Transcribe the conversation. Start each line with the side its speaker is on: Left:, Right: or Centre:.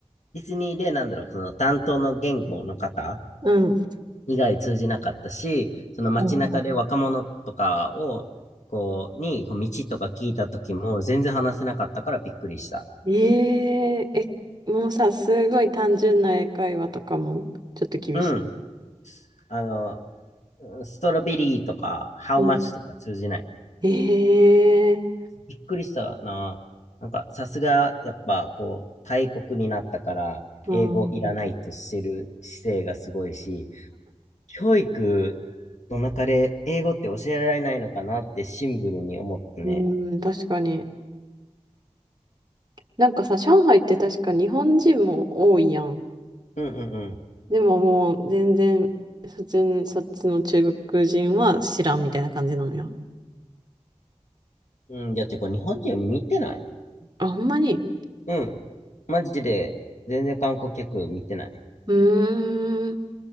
Left: ディズニーで、なんだろう、その担当の言語の方
Right: うん。
Left: 以外通じなかったし、その街中で若者とかを、
Right: うん
Left: こう、に、こう道とか聞いた時も全然話せなかったからびっくりした。
Right: えええ、もうさ、すごい単純な英会話とかも、ちょっと厳しい。
Left: うん。あの、ストロベリーとか、ハウマッチとか通じない。
Right: うん。ええ
Left: びっくりしたな。なんか、さすが、やっぱ、こう、大国になったから、
Right: うん、
Left: 英語いらないとしてる姿勢がすごいし、教育の中で英語って教えられないのかなってシンプルに思ったね。
Right: うん、確かに。なんかさ、上海って確か日本人も多いやん。
Left: うんうん
Right: でももう全然、普通にそっちの中国人は知らんみたいな感じなのよ。
Left: うん。うん、いや、てか、日本人見てない。
Right: あ、ほんまに
Left: うん。マジで、全然観光客見てない。
Right: うーん。